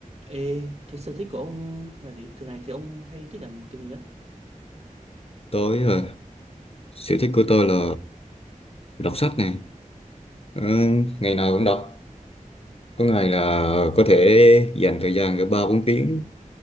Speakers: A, on the right; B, on the left.
A: Ê, thế sở thích của ông là gì? Thường ngày thì ông hay thích làm cái gì nhất?
B: tối ờ, sở thích của tôi là đọc sách này. Ờ, ngày nào cũng đọc. Có ngày là có thể dành thời gian cả ba bốn tiếng